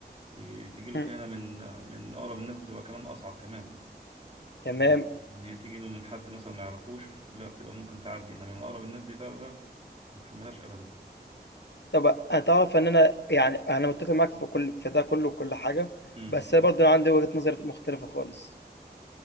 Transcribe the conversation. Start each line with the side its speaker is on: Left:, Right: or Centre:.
Right: ي- تجيله
Left: إمم،
Right: خيانة من من أقرب الناس بتبقى كمان أصعب كمان
Left: تمام،
Right: من إن هي تيجي له من حد مثلا ما يعرفوش لا بتبقى ممكن تعدي إنما من أقرب الناس دي ده لا ما تحملهاش أبدا
Left: طب هتعرف إن أنا يعني أنا متّفق معاك في كل في ده كلّه وكل حاجة،
Right: امم
Left: بس أنا برضه عندي وجهة نظر مختلفة خالص.